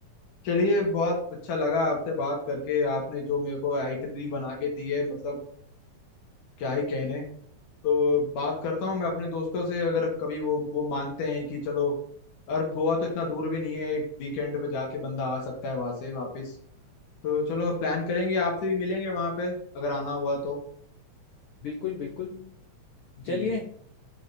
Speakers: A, on the left; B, on the left.
A: चलिए बहुत अच्छा लगा आपसे बात करके आपने जो मेरे को आइटनरी बना के दी है मतलब क्या ही कहने तो बात करता हूँ मैं अपने दोस्तों से अगर कभी वो वो मानते हैं कि चलो और गोवा तो इतना दूर भी नहीं है एक वीकेंड पे जाके बंदा आ सकता है वहां से वापस तो चलो प्लान करेंगे आपसे भी मिलेंगे वहां पे अगर आना हुआ तो
B: बिल्कुल बिल्कुल चलिए
A: जी